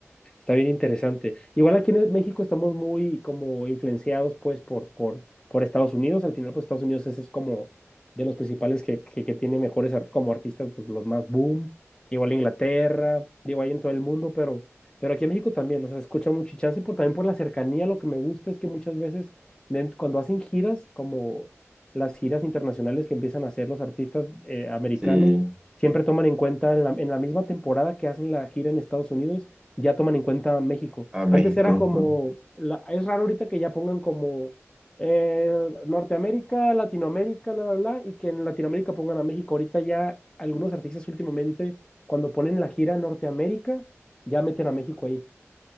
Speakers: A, on the left; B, on the right.
A: Está bien interesante. Igual aquí en México estamos muy como influenciados pues por, por, por Estados Unidos. Al final pues Estados Unidos es, es como de los principales que, que, que tiene mejores ar- como artistas, pues los más boom. Igual Inglaterra, digo ahí en todo el mundo, pero, pero aquí en México también, o sea, se escucha mucho y chance por, también por la cercanía. Lo que me gusta es que muchas veces den- cuando hacen giras, como las giras internacionales que empiezan a hacer los artistas eh, americanos,
B: sí,
A: siempre toman en cuenta en la, en la misma temporada que hacen la gira en Estados Unidos ya toman en cuenta México.
B: a México.
A: Antes era como,
B: ¿no?
A: la- es raro ahorita que ya pongan como eh, Norteamérica, Latinoamérica, bla, bla, bla, y que en Latinoamérica pongan a México. Ahorita ya algunos artistas últimamente, cuando ponen la gira Norteamérica, ya meten a México ahí.